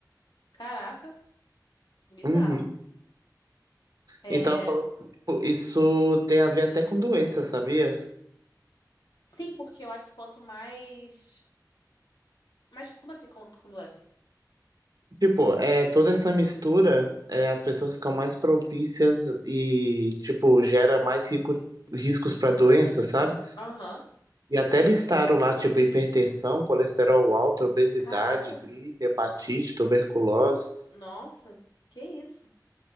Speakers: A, on the left (about 85°); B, on the right (about 60°).
A: Caraca, bizarro.
B: Uhum.
A: É,
B: E tava falando que, tipo, isso tem a ver até com doença, sabia?
A: sim, porque eu acho que quanto mais. Mas como assim, com, com doença?
B: Tipo, é, toda essa mistura, é, as pessoas ficam mais propícias e, tipo, gera mais rico- riscos para doença, sabe?
A: Aham.
B: E até listaram lá, tipo, hipertensão, colesterol alto, obesidade,
A: Caraca.
B: gripe, hepatite, tuberculose.
A: Nossa, que isso?